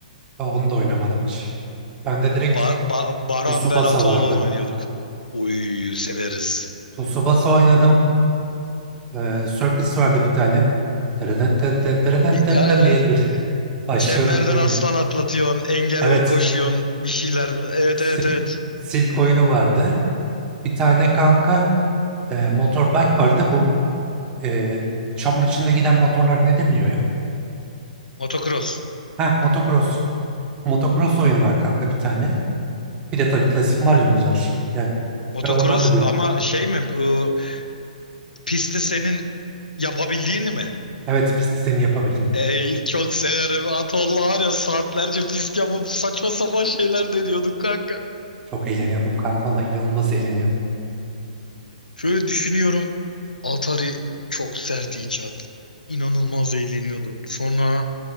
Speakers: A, on the right; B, on the left.
A: Aa, Onu da oynamadım hiç. Ben de direkt
B: Ba- Ba- Baran
A: Tsubasa
B: ben Ataoğlan
A: vardı.
B: oynuyorduk. Uy severiz.
A: Tsubasa oynadım. Ee, Circus vardı bir tane. Dereden ten ten dereden
B: Bir-
A: ten
B: Aynen.
A: ten diye böyle <laughs> başlıyorduk
B: Çemberden
A: böyledir.
B: aslan atlatıyorsun, engel
A: Evet.
B: koşuyorsun, bir şeyler. Evet
A: Sirk,
B: evet evet.
A: sirk oyunu vardı. Bir tane kanka e, motorbike vardı. Bu e, çamur içinde giden motorlar ne deniliyor ya?
B: Motocross.
A: Ha, motocross. Motocross oyunu var kanka bir tane. Bir de tabii klasik Mario'muz var. Yani
B: Motocross
A: ben onlarla büyüdüm.
B: ama şey mi bu pisti senin yapabildiğini mi?
A: Evet pist sistemi yapabildim.
B: Ey çok severim. Atolla var ya saatlerce pist yapıp saçma sapan şeyler deniyorduk kanka.
A: Çok eğleniyordum kanka ona inanılmaz eğleniyordum.
B: Şöyle düşünüyorum. Atari çok sert icat. İnanılmaz eğleniyordum. Sonra